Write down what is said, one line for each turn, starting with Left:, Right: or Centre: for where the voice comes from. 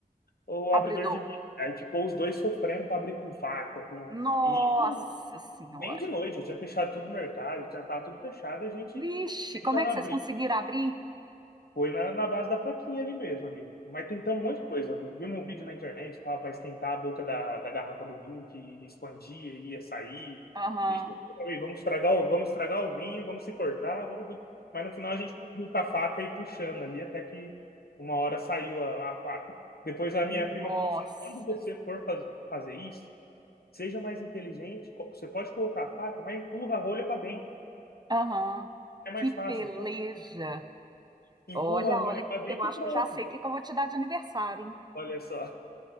Left: o
Right: Abridor.
Left: abridor de vinho. Aí ficou os dois sofrendo para abrir com faca, com...
Right: Nossa
Left: E isso
Right: Senhora!
Left: bem de noite, já tinha fechado tudo o mercado, já estava tudo fechado, a gente
Right: Vixe,
Left: tentando
Right: como é que
Left: abrir.
Right: vocês conseguiram abrir?
Left: Foi na, na base da faquinha ali mesmo, ali. Mas tentamos um monte de coisa. Vimos um vídeo na internet para pra esquentar a boca da, da garrafa do vinho, que expandia e ia sair.
Right: Aham.
Left: Ixi, aí, vamos estragar o, vamos estragar o vinho, vamos se cortar, vamos... tudo. Mas no final a gente conseguiu com a faca e puxando ali, até que uma hora saiu a, a faca. Depois a minha
Right: Nossa.
Left: prima falou assim, quando você for faz- fazer isso, seja mais inteligente, co- você pode colocar a faca, mas empurra a rolha para dentro.
Right: Aham.
Left: É mais
Right: Que
Left: fácil.
Right: peleja.
Left: Empurra
Right: Olha,
Left: a rolha
Right: olha,
Left: para dentro
Right: que eu acho
Left: e pronto.
Right: que eu já sei o que que eu vou te dar de aniversário, hein?
Left: Olha só.